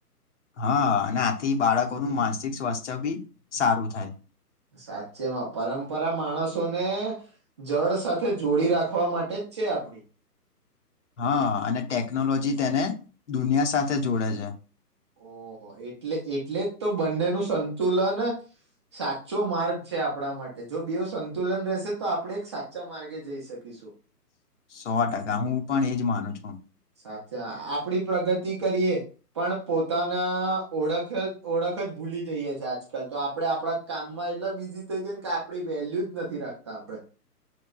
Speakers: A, on the left (about 45°); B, on the right (about 20°).
A: હા અને આથી બાળકોનું માનસિક સ્વાસ્થ્ય ભી સારું થાય
B: સાચેમાં પરંપરા માણસોને જળ સાથે જોડી રાખવા માટે જ છે આપડી
A: હા અને ટેકનોલોજી તેને દુનિયા સાથે જોડે છે
B: ઓહો એટલે એટલે જ તો બંને નો સંતુલન સાચો માર્ગ છે આપણા માટે જો બેવુ સંતુલન રહેશે તો આપણે એક સાચા માર્ગે જઈ શકીશું
A: સો ટકા હું પણ એજ માનું છું
B: સાચા આપડી પ્રગતિ કરીએ પણ પોતાના ઓળખ ઓળખ જ ભૂલી જઈએ છે આજકાલ તો આપડે આપણા કામમાં એટલા બીઝી થઈ જાય ને કે આપડી વેલ્યુ જ નથી રાખતા આપડે